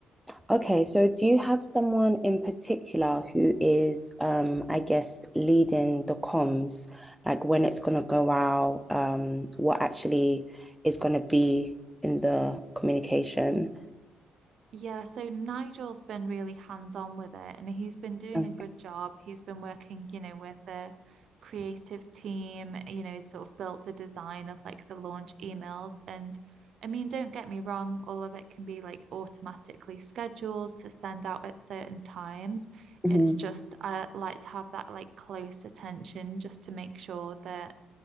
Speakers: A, in the centre; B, on the right (about 65°).
A: Okay, so do you have someone in particular who is, um, I guess, leading the comms, like when it's gonna go out, um, what actually is gonna be in the communication?
B: Yeah, so Nigel's been really hands-on with it and he's been doing
A: Okay.
B: a good job. He's been working, you know, with the creative team, you know, sort of built the design of like the launch emails. And I mean, don't get me wrong, all of it can be like automatically scheduled to send out at certain times.
A: Mhm.
B: It's just I like to have that like close attention just to make sure that